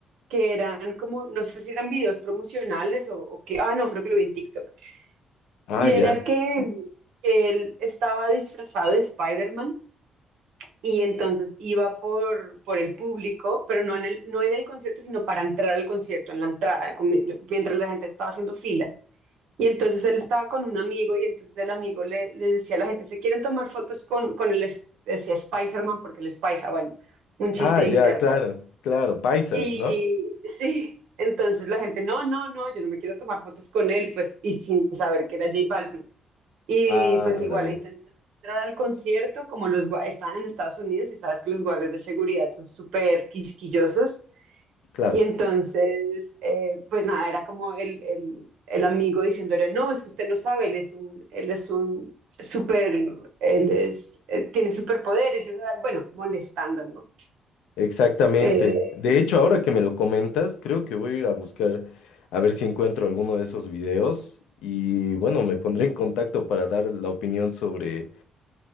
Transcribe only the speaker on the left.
Ah,
ya.
Ah, ya,
claro, claro, Paisa,
¿no?
Ah,
la vaina.
Claro,
exactamente.
De hecho, ahora que me lo comentas, creo que voy a ir a buscar a ver si encuentro alguno de esos videos y bueno, me pondré en contacto para dar la opinión sobre